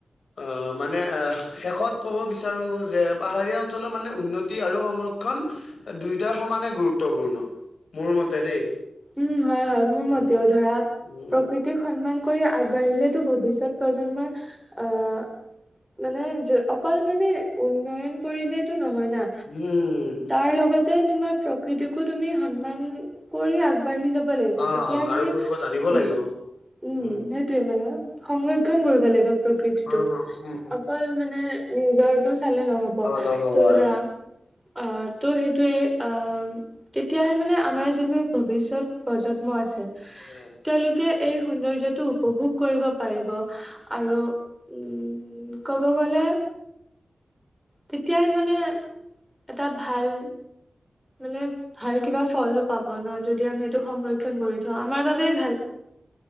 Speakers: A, on the left; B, in the centre.
A: অ' মানে শেষত ক'ব বিচাৰো যে পাহাৰীয়া অঞ্চলৰ মানে উন্নতি আৰু সংৰক্ষণ ক্ষণ দুয়োটাই সমানে গুৰুত্বপূৰ্ণ মোৰ মতে দেই।
B: উম, হয়, হয়। মোৰ
A: উম,
B: মতেও ধৰা
A: উম,
B: প্ৰকৃতিক সন্মান কৰি আগবাঢ়িলেতো ভৱিষ্যত প্ৰজন্মই আহ মানে য অকল মানে উন্নয়ন কৰিলেতো নহয় না
A: উম,
B: তাৰ লগত তে তোমাৰ প্ৰকৃতিকো তুমি সন্মান কৰি আগবাঢ়ি যাব লাগিব।
A: অ'
B: তেতিয়া
A: আৰু
B: তুমি
A: কৰিব জানিব
B: উম,
A: লাগিব। উম,
B: সেইটোয়ে মানে সংৰক্ষণ কৰিব লাগিব প্ৰকৃতিটোক
A: অ উম,
B: অকল মানে নিজৰ চালে নহ'ব।
A: অ' নহ'ব
B: তোৰ
A: আৰু
B: ধৰা অ' তোৰ সেইটোৱে অ' তেতিয়াহে মানে আমাৰ তোৰ মোৰ ভৱিষ্যত প্ৰজন্ম আছে।
A: উম।
B: তেওঁলোকে এই সৌন্দৰ্য্যটো উপভোগ কৰিব পাৰিব আৰু উম উম, ক'ব গ'লে। তেতিয়াই মানে এটা ভাল মানে ভাল কিবা ফলো পাব ন যদি আমি এইটো সংৰক্ষণ কৰিম। তো আমাৰ বাবে ভাল।